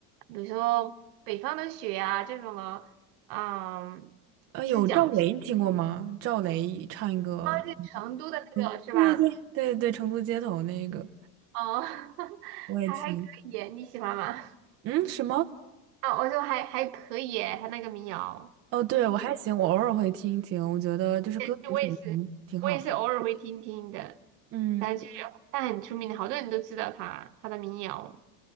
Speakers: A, on the right (about 70°); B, on the right (about 30°).
A: 比如说北方的雪啊这种的，嗯，
B: 呃，
A: 就是讲啊，
B: 有赵雷，你听过吗？赵雷唱一个。
A: 就成都的那个是吧？
B: 嗯，对对对对对，成都街头那个
A: 哦，<laughs>
B: 我也听。
A: 还还可以，你喜欢吗？<laughs>
B: 嗯，什么？
A: 啊，我说还还可以，他那个民谣。
B: 哦，对，我还行，我偶尔会听一听，我觉得就是歌词写的挺挺好的。
A: 对，我也是，我也是偶尔会听听的。
B: 嗯，
A: 但就是他很出名的，好多人都知道他他的民谣，